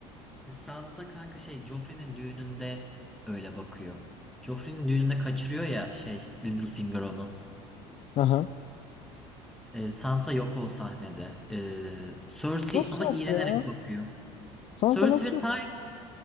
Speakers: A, in the centre; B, on the left.
A: Sansa kanka şey Joffrey'nin düğününde öyle bakıyor. Joffrey'nin düğününde kaçırıyor ya şey Littlefinger onu.
B: Aha.
A: Ee, Sansa yok o sahnede. Ee, Cersei
B: Nasıl
A: ama
B: yok
A: iğrenerek
B: ya?
A: bakıyor.
B: Sansa
A: Cersei
B: nasıl
A: ve Ty
B: yok?